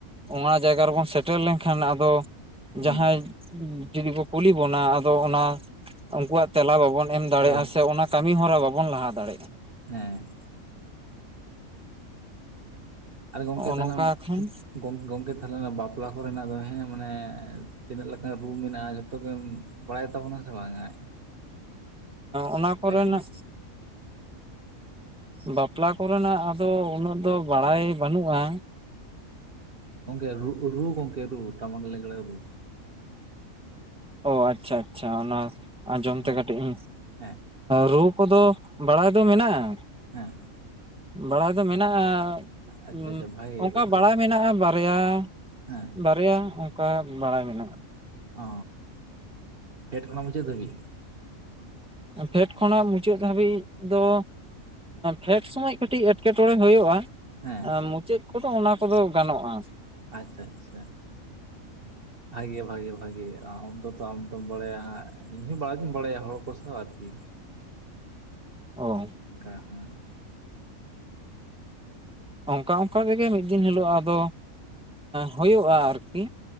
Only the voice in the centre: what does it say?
ᱚᱱᱟ ᱡᱟᱭᱜᱟ ᱨᱮ ᱵᱚᱱ ᱥᱮᱴᱮᱨ ᱞᱮᱱ ᱠᱷᱟᱱ ᱟᱫᱚᱼᱼ
ᱡᱟᱦᱟᱸᱭ ᱡᱩᱫᱤ ᱠᱚ ᱠᱩᱞᱤ ᱵᱚᱱᱟ ᱟᱫᱚ ᱚᱱᱟ ᱩᱱᱠᱩᱣᱟᱜ ᱛᱮᱞᱟ ᱵᱟᱵᱚᱱᱼᱼ ᱮᱢ ᱫᱟᱲᱮᱭᱟᱜᱼᱟ
ᱥᱮ ᱚᱱᱟ ᱠᱟᱹᱢᱤ ᱦᱚᱨᱟ ᱵᱟᱵᱚᱱ ᱞᱟᱦᱟ ᱫᱟᱲᱮᱭᱟᱜᱼᱟ
ᱱᱚᱜᱼᱚ
ᱱᱚᱝᱠᱟ
ᱠᱷᱟᱱ
ᱚᱱᱟ ᱠᱚ ᱨᱮᱱᱟᱜ
ᱵᱟᱯᱞᱟ ᱠᱚ ᱨᱮᱱᱟᱜ ᱟᱫᱚ ᱩᱱᱟᱹᱜ ᱫᱚ ᱵᱟᱲᱟᱭ ᱵᱟᱹᱱᱩᱜᱼᱟ᱾
ᱚ ᱟᱪᱪᱷᱟ ᱟᱪᱪᱷᱟ ᱚᱱᱟ ᱟᱸᱡᱚᱢ ᱛᱮ
ᱠᱟᱹᱴᱤᱡ ᱤᱧᱼᱼ
ᱨᱩ ᱠᱚ ᱫᱚ ᱵᱟᱲᱟᱭ ᱫᱚ ᱢᱮᱱᱟᱜᱼᱟ᱾
ᱵᱟᱲᱟᱭ ᱫᱚ ᱢᱮᱱᱟᱜᱼᱟ᱾
ᱦ
ᱚᱱᱠᱟ
ᱵᱟᱲᱟᱭ ᱢᱮᱱᱟᱜᱼᱟ ᱵᱟᱨᱭᱟ
ᱵᱟᱨᱭᱟ᱾ ᱚᱠᱟ ᱵᱟᱲᱟᱭ ᱢᱮᱱᱟᱜᱼᱟ᱾
ᱯᱷᱮᱰ ᱠᱷᱚᱱᱟᱜ ᱢᱩᱪᱟᱹᱫ ᱫᱷᱟᱹᱵᱤᱡ ᱫᱚᱼᱼ ᱯᱷᱮᱰ ᱥᱚᱢᱚᱭ ᱠᱟᱹᱴᱤᱡ ᱮᱴᱠᱮᱴᱚᱬᱮ ᱦᱩᱭᱩᱜᱼᱟ᱾
ᱢᱩᱪᱟᱹᱫ ᱠᱚ ᱫᱚ ᱚᱱᱟ ᱠᱚᱫᱚ ᱜᱟᱱᱚᱜᱼᱟ᱾
<inaudible>
ᱚ
ᱚᱱᱠᱟ ᱚᱱᱠᱟ ᱛᱮᱜᱮ ᱢᱤᱫ ᱫᱤᱱ ᱦᱤᱞᱳᱜ ᱟᱫᱚ ᱦᱩᱭᱩᱜᱼᱟ ᱟᱨᱠᱤᱼᱼ